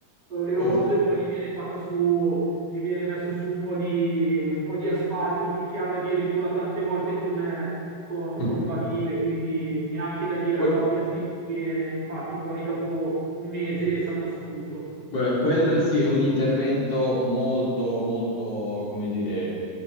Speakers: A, on the right (about 55°); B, on the left (about 60°).
A: oleoso,
B: Oh.
A: e poi gli viene fatta su, gli viene messo su un po' di, un po' di asfalto, picchiato addirittura tante volte con, eh, co-
B: <laughs>
A: col badile, quindi neanche da dire
B: Guarda,
A: lo appiattisco bene, infatti poi dopo un mese salta su tutto.
B: guarda, quello sì è un intervento molto, molto, come dire,